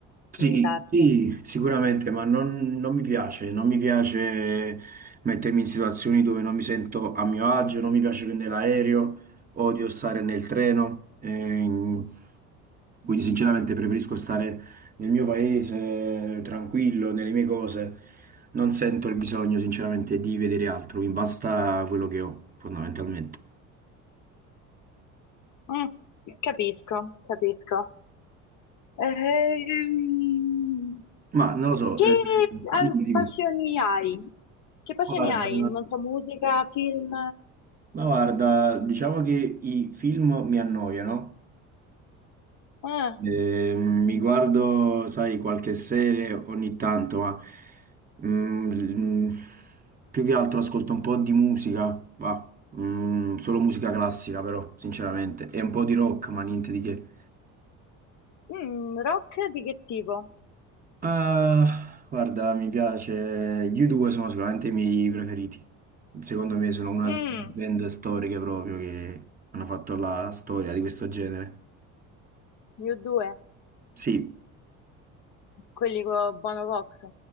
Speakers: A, on the left; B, on the right.
A: limitarsi?
B: Sì, sì, sicuramente, ma non, non mi piace, non mi piace mettermi in situazioni dove non mi sento a mio agio, non mi piace prendere l'aereo, odio stare nel treno, ehm, quindi sinceramente preferisco stare nel mio paese, tranquillo, nelle mie cose, non sento il bisogno sinceramente di vedere altro, mi basta quello che ho fondamentalmente.
A: Mm, capisco, capisco. Ehm,
B: Ma non lo so,
A: che
B: eh, dimmi,
A: ah,
B: dimmi.
A: passioni hai? Che passioni
B: Guarda,
A: hai? Non so, musica, film?
B: Ma guarda, diciamo che i film mi annoiano,
A: Ah,
B: Eh, mi guardo, sai, qualche serie ogni tanto, ma mm, mm, più che altro ascolto un po' di musica, va, Mm, solo musica classica però, sinceramente, e un po' di rock, ma niente di che.
A: mm, rock di che tipo?
B: Ah, guarda, mi piace, gli U2 sono sicuramente i miei preferiti, secondo me sono una
A: Mm,
B: delle band storiche proprio che hanno fatto la storia di questo genere.
A: io due.
B: Sì,
A: quelli con Bono Vox.